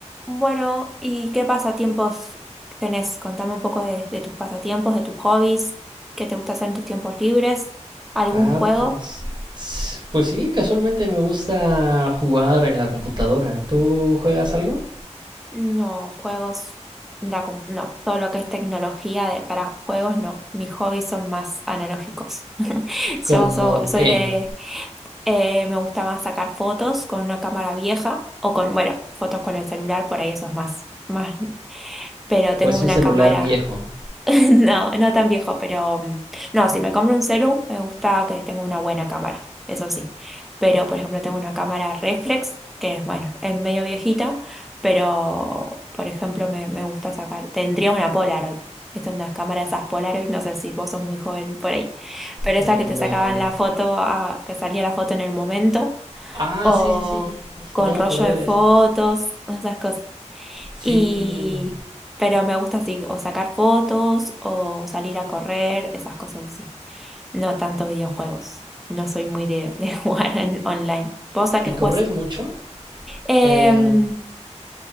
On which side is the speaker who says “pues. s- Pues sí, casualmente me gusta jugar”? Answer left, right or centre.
Right